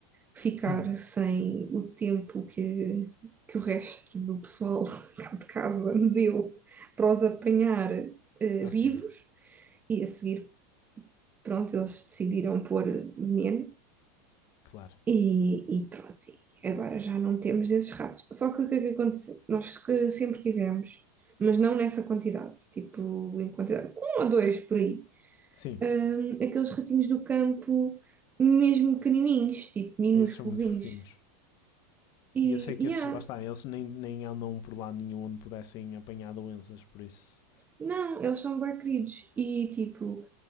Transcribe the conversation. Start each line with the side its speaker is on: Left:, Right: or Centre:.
Right: ficar
Left: Hum,
Right: sem o tempo que, que o resto do pessoal <laughs> cá de casa me deu para os apanhar eh,
Left: ok.
Right: vivos e a seguir, pronto, eles decidiram pôr veneno
Left: Claro.
Right: e, e pronto, e agora já não temos desses ratos. Só que o que é que aconteceu? Nós que sempre tivemos, mas não nessa quantidade, tipo em quantidade, um ou dois por aí,
Left: Sim.
Right: hum, aqueles ratinhos do campo mesmo pequenininhos, tipo minúsculos.
Left: Esses são muito fofinhos.
Right: E,
Left: E eu sei que
Right: yeah,
Left: esses lá está, eles nem, nem andam por lado nenhum onde pudessem apanhar doenças, por isso.
Right: Não, eles são bem queridos. E, tipo,